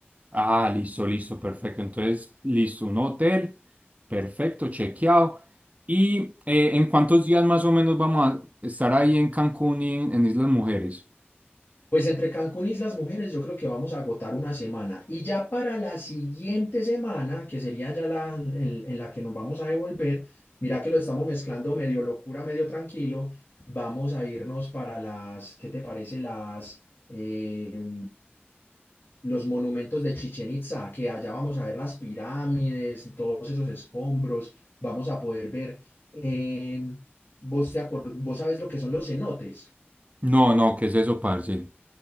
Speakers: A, on the right (about 35°); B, on the left (about 65°).
A: Ah, listo, listo, perfecto. Entonces, listo, un hotel, perfecto, chequeado. ¿Y eh, en cuántos días más o menos vamos a estar ahí en Cancún y en, en Islas Mujeres?
B: Pues entre Cancún y Islas Mujeres yo creo que vamos a agotar una semana. Y ya para la siguiente semana, que sería ya la en, en la que nos vamos a devolver, mira que lo estamos mezclando medio locura, medio tranquilo, vamos a irnos para las, ¿qué te parece? Las... eh, los monumentos de Chichén Itzá que allá vamos a ver las pirámides, todos esos escombros, vamos a poder ver, eh, vos, te acor- vos sabes lo que son los cenotes.
A: No, no, ¿qué es eso, parce?